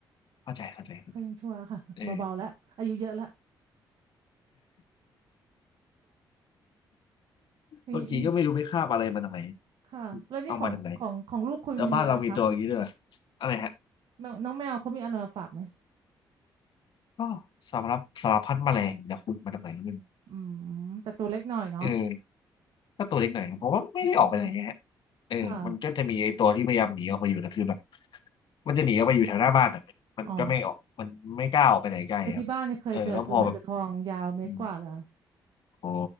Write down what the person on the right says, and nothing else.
ใครยังชั่วค่ะเบาๆแล้วอายุเยอะแล้ว
ย
ค่ะแล้วนี่ของของของลูกคุณจะมีไหมคะ
แมวน้องแมวเขามีอะไรมาฝากไหม
อืมแต่ตัวเล็กหน่อยเนาะ
อืม
ค่ะ
อ๋อ เพอที่บ้านเนี่ยเคยเจอตัวเงินตัวทองยาวเมตรกว่าเลย